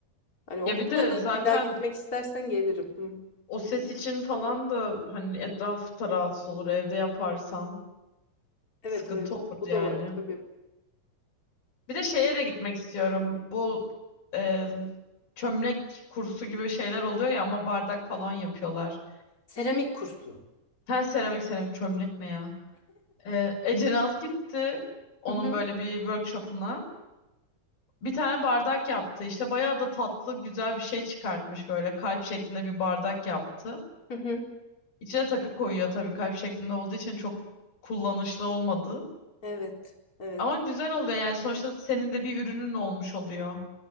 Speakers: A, on the left; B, on the left.
A: Hani o-
B: Ya bir
A: buna
B: de
A: da
B: zaten
A: bir daha gitmek istersen gelirim. Hı.
B: o ses için falan da hani etraf da rahatsız olur evde yaparsan
A: Evet
B: sıkıntı
A: evet
B: olur
A: o
B: yani.
A: da var tabii.
B: Bir de şeye de gitmek istiyorum. Bu e, çömlek kursu gibi şeyler oluyor ya ama bardak falan yapıyorlar.
A: Seramik kursu.
B: Her seramik seramik çömlek ne ya? E, Ece Naz gitti onun
A: Hı hı.
B: böyle bir workshopuna. Bir tane bardak yaptı. İşte bayağı da tatlı güzel bir şey çıkartmış böyle kalp şeklinde bir bardak yaptı.
A: Hı hı.
B: İçine takı koyuyor tabii kalp şeklinde olduğu için çok kullanışlı olmadı.
A: Evet. Evet.
B: Ama güzel oluyor yani sonuçta senin de bir ürünün olmuş oluyor.